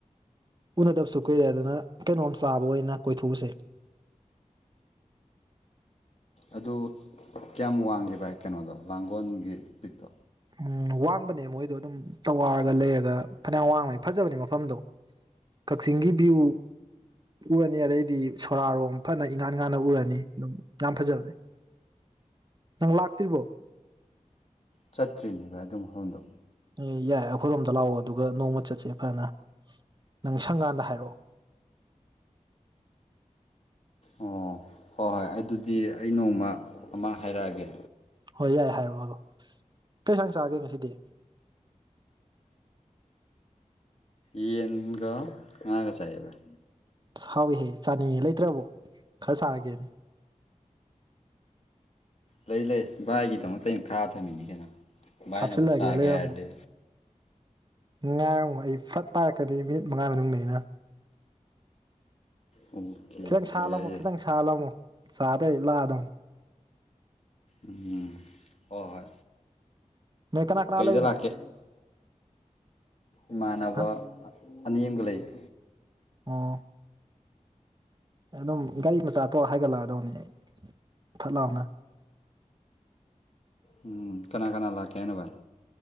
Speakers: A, on the right (about 35°); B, on the left (about 55°).
A: ꯎꯅꯗꯕꯁꯨ ꯀꯨꯏꯔꯦ ꯑꯗꯨꯅ ꯀꯩꯅꯣꯝ ꯆꯥꯕ ꯑꯣꯏꯅ ꯀꯣꯏꯊꯣꯛꯎꯁꯦ
B: ꯑꯗꯨ ꯀꯌꯥꯝ ꯋꯥꯡꯒꯦ ꯚꯥꯏ ꯀꯩꯅꯣꯗꯣ ꯂꯥꯡꯒꯣꯜꯒꯤ ꯄꯤꯛꯇꯣ
A: ꯎꯝ ꯋꯥꯡꯕꯅꯦ ꯃꯣꯏ ꯑꯗꯨꯣ ꯑꯗꯨꯝ ꯆꯋꯥꯔꯒ ꯂꯩꯔꯒ ꯐꯅꯌꯥꯝ ꯋꯥꯡꯕꯅꯤ ꯐꯖꯕꯅꯤ ꯃꯐꯝꯗꯣ ꯀꯛꯆꯤꯡꯒꯤ ꯕꯤ ꯕꯤꯎ ꯎꯔꯅꯤ ꯑꯗꯩꯗꯤ ꯁꯣꯔꯥꯔꯣꯝ ꯐꯥꯅꯩ ꯏꯉꯥꯟ ꯉꯥꯟꯅ ꯎꯔꯅꯤ ꯑꯗꯨꯝ ꯌꯥꯝ ꯐꯖꯕꯅꯤ ꯅꯪ ꯂꯥꯛꯇ꯭ꯔꯤꯕꯔꯣ
B: ꯆꯠꯇ꯭ꯔꯤꯅꯦ ꯕꯥꯏ ꯑꯗꯨ ꯃꯐꯝꯗꯣ
A: ꯑꯦ ꯌꯥꯏ ꯑꯩꯈꯣꯏꯔꯣꯝꯗ ꯂꯥꯛꯑꯣ ꯑꯗꯨꯒ ꯅꯣꯡꯃ ꯆꯠꯁꯦ ꯐꯖꯅ ꯅꯪ ꯁꯪꯒꯥꯟꯗ ꯍꯥꯏꯔꯛꯑꯣ
B: ꯑꯣ ꯍꯣꯏ-ꯍꯣꯏ ꯑꯗꯨꯗꯤ ꯑꯩ ꯅꯣꯡꯃ ꯑꯃ ꯍꯥꯏꯔꯛꯑꯒꯦ
A: ꯍꯣꯏ ꯌꯥꯏ ꯍꯥꯏꯔꯛꯑꯣ ꯑꯗꯣ ꯀꯩ ꯏꯟꯁꯥꯡ ꯆꯥꯒꯦ ꯉꯁꯤꯗꯤ
B: ꯌꯦꯟꯒꯥ ꯉꯥꯒ ꯆꯥꯏꯌꯦ ꯕꯥꯏ
A: ꯍꯥꯎꯅꯤꯍꯦ ꯆꯥꯅꯤꯡꯉꯦ ꯂꯩꯇ꯭ꯔꯕꯣ ꯈꯔ ꯆꯥꯔꯒꯦꯅꯦ
B: ꯂꯩ ꯂꯩ ꯚꯥꯏꯒꯤ ꯗꯃꯛꯇ ꯑꯩꯅ ꯈꯥꯑ ꯊꯝꯃꯤꯅꯤ ꯀꯩꯅꯣ ꯚꯥꯏꯅꯕꯨꯨ
A: ꯍꯥꯞꯆꯤꯜꯂꯛꯑꯒꯦ
B: ꯆꯥꯒꯦ
A: ꯂꯩꯔꯝꯃꯣ
B: ꯍꯥꯏꯔꯗꯤ
A: ꯉꯥꯏꯔꯝꯃꯣ ꯑꯩ ꯐꯠ ꯄꯥꯏꯔꯛꯀꯅꯤ ꯃꯤꯅꯤꯠ ꯃꯉꯥꯒꯤ ꯃꯅꯨꯡꯗ ꯑꯩꯅ ꯐꯥ
B: ꯑꯣꯀꯦ
A: ꯈꯤꯗꯪ
B: ꯑꯣꯀꯦ
A: ꯁꯥꯜꯂꯝꯃꯣ
B: ꯌꯥꯏ ꯌꯥꯏ
A: ꯈꯤꯗꯪ ꯁꯥꯍꯜꯂꯝꯃꯨ ꯆꯥꯔꯗꯣꯏ ꯑꯩ ꯂꯥꯛꯑꯗꯣꯟ
B: ꯎꯝ ꯍꯣꯏ-ꯍꯣꯏ
A: ꯅꯣꯏ ꯀꯅꯥ ꯀꯅꯥ
B: ꯀꯩꯗ
A: ꯂꯩꯔꯤꯅꯣ
B: ꯂꯥꯛꯀꯦ ꯏꯃꯥꯟꯅꯕ
A: ꯍꯥ
B: ꯑꯅꯤ ꯑꯃꯒ ꯂꯩꯌꯦ
A: ꯑꯣ ꯑꯗꯨꯝ ꯒꯥꯔꯤ ꯃꯆꯥꯇꯣ ꯍꯥꯏꯒꯠꯂꯛꯑꯗꯣꯅꯤ ꯑꯩ ꯐꯠ ꯂꯥꯎꯅ
B: ꯎꯨꯝ ꯀꯅꯥ ꯀꯅꯥ ꯂꯥꯛꯀꯦ ꯍꯥꯏꯅꯣ ꯚꯥꯏ